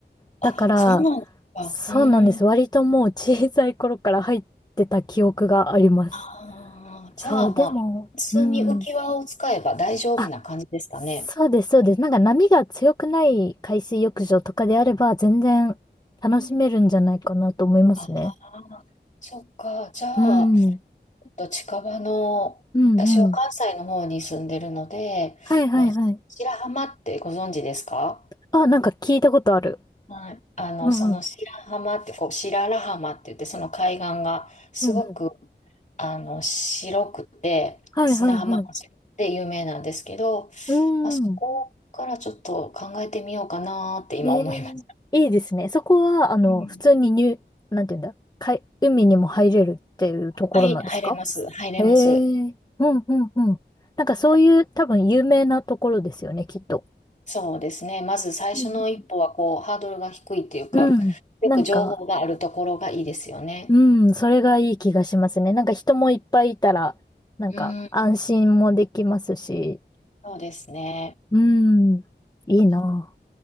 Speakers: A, on the left; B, on the left.
A: だから、
B: あ、そうなんですか。
A: そうなんです。
B: うーん。
A: 割ともう小さい頃から入ってた記憶があります。
B: ああ、
A: そう、
B: じゃあまあ、
A: でも、
B: 普通に浮き輪を使えば大丈夫な感じですかね。
A: うん。あ、そうです、そうです。なんか波が強くない海水浴場とかであれば、全然楽しめるんじゃないかなと思いますね。
B: うんああ、そっか。じゃあ、
A: うん。
B: と近場の、
A: うんうん。
B: 私は関西の方に住んでるので、
A: はいはいはい。
B: まあ、白浜ってご存知ですか
A: あ、なんか聞いたことある。
B: はい。あの、
A: うんうん。
B: その白浜って、こう、白良浜って言って、その海岸がすごく、
A: うんうん
B: あの、白くて、
A: はいはいはい。
B: 砂浜が白くて有名なんですけど、
A: うーん。
B: まあ、そこからちょっと考えてみようかなって今思います。
A: ええ、いいですね。そこは、あの、
B: うん。
A: 普通に入、なんていうんだ、海、海にも入れるっていうところなんですか
B: はい、入れます。入れます。
A: ええ、うんうんうん。なんかそういう多分有名なところですよね、きっと。
B: そうですね。まず最初の一歩は、
A: うん
B: こう、ハードルが低いっていうか、
A: うんうんうん。
B: よく情報があるところがいいですよね。
A: なんか、うん、それがいい気がしますね。なんか人もいっぱいいたら、なんか安心もできますし、
B: うん、そうですね。
A: うん、いいな
B: うん